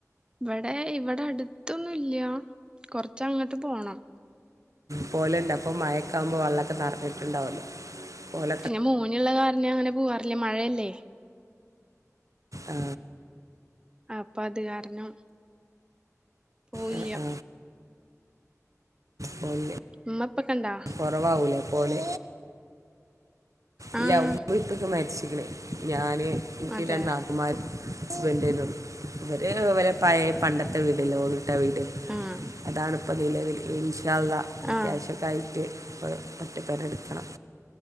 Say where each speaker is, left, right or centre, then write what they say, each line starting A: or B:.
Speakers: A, on the right; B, on the right.
A: ഇവിടെ ഇവിടെ അടുത്തൊന്നുല്ല കൊറച്ച് അങ്ങട്ട് പോണം
B: പോലെണ്ട് അപ്പൊ മഴക്കാകുമ്പോ വെള്ളക്കെ നിറഞ്ഞിട്ടുണ്ടാവല്ലോ പോലെ
A: പിന്നെ മോനുള്ള കാരന അങ്ങനെ പോവാറില്ല മഴല്ലേ
B: ആ
A: ആഹ് അപ്പ അത് കാരണം പോവില്ല
B: ആ, ആ പോവീല്ല്യ
A: ഇമ്മ ഇപ്പക്ക്ണ്ടാ
B: കൊറവാവൂലേ പോലെ
A: ആഹ്
B: ഇല്ല ഉമ്മെ ഇപ്പേക്ക മരിച്ചിക്കണേ ഞാന് എനിക്ക്
A: അതെ
B: രണ്ട് നാത്തൂമാര് ഹസ്ബൻഡേനു ഇവർ ഇവരെ പഴേ പണ്ടത്തെ വീടില്ലെ ഓടിട്ട വീട്
A: അഹ്
B: ഇതാണ് ഇപ്പൊ നിലവില് ഇന്ശാല്ലാഹ്
A: ആഹ്
B: കാശൊക്കായി റ്റ് ഒറ്റക്കൊര് എടുക്കണം